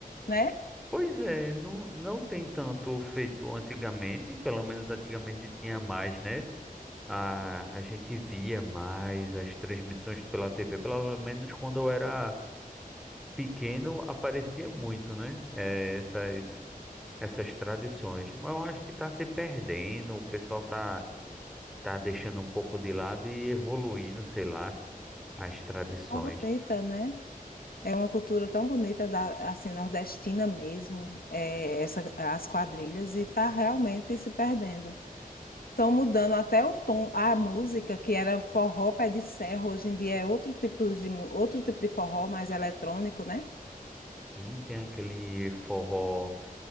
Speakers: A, on the left; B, in the centre.
A: né?
B: Pois é, não, não tem tanto feito antigamente, pelo menos antigamente tinha mais, né? A, a gente via mais as transmissões pela TV, pelo menos quando eu era pequeno aparecia muito, né? Eh, essas, essas tradições. Mas eu acho que está se perdendo, o pessoal tá, tá deixando um pouco de lado e evoluindo, sei lá, as tradições.
A: Tão bonita, né? É uma cultura tão bonita da, assim, nordestina mesmo, é, essa, as quadrilhas, e tá realmente se perdendo. Estão mudando até o tom, a música, que era forró pé de serra, hoje em dia é outro tipo de, mu- outro tipo de forró, mais eletrônico, né?
B: E tem aquele forró,